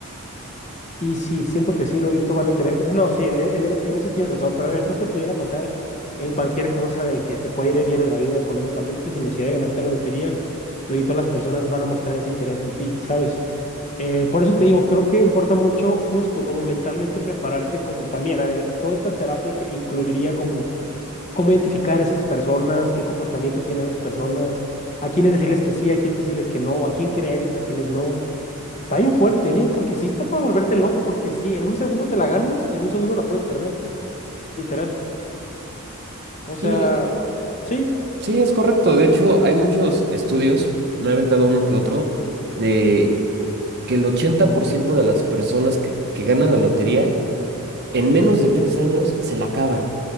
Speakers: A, on the left; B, on the right.
A: Y sí, siento que sí, luego van a querer. sí, No, sí, en, en- en eso tienes razón, pero a ver, creo que pudiera pasar en cualquier cosa de que te puede ir bien en la vida económicamente sin necesidad de ganarte la lotería. Luego las personas van a mostrar ese interés en ti, ¿sabes? Eh, por eso te digo, creo que importa mucho justo como mentalmente prepararte como también, a ver, toda esta terapia que incluiría como cómo identificar a esas personas, qué comportamientos tienen esas personas, a quiénes decirles que sí, a quiénes decirles que no, a quién creerles, a quiénes no. Está bien fuerte, ¿eh? Porque sí está para volverte loco, porque sí, en un segundo te la ganas, en un segundo la puedes perder, literal. O sea,
B: Sí,
A: sí,
B: sí, es correcto. De hecho, hay muchos estudios, me he aventado uno que otro, de que el 80% de las personas que, que ganan la lotería, en menos de tres años se la acaban.